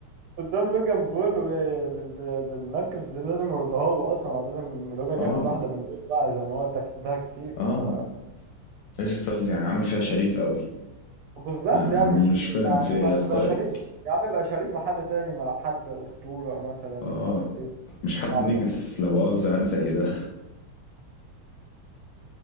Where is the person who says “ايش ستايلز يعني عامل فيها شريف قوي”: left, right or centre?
Left